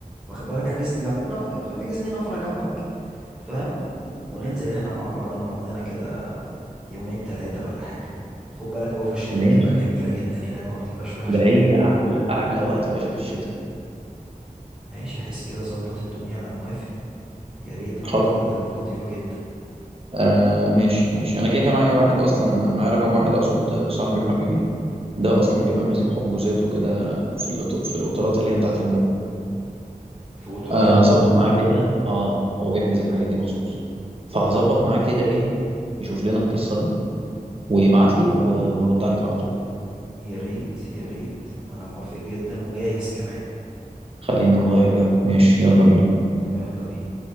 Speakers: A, in the centre; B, on the right.
A: واخد بالك احجز لي جنب نف... احجز لي نفر جنبك فاهم وننزل احنا مع بعض نقعد لنا كده يومين ثلاثه ولا حاجه خد بالك هو في الشتاء
B: ماشي
A: بتبقى جميله جدا هناك ما بتبقاش وحشه
B: ده هي
A: لان
B: احلى احلى وقت يا باشا في الشتاء
A: ماشي حس كده ظبط الدنيا انا موافق يا ريت اعتقد
B: خلاص
A: هتبقى لطيفه جدا
B: آه ماشي ماشي انا كده كده معايا واحد اصلا معايا رقم واحد اقصد صاحبي وحبيبي
A: مم.
B: ده اصلا بيبقى ماسك حجوزات وكده في الأط- في القطارات اللي هي بتاعت النوم
A: في قطورات
B: آه،
A: النوم
B: اظبط معاه كده اه هو بيحجز الحاجات دي مخصوص فهظبط
A: طب
B: معاه كده ايه يشوف لنا القصة دي ويبعت لي و- وارد عليك على طول
A: يا ريت يا ريت انا موافق جدا وجاهز كمان
B: خلينا نغير جو ماشي يلا بينا
A: يلا بينا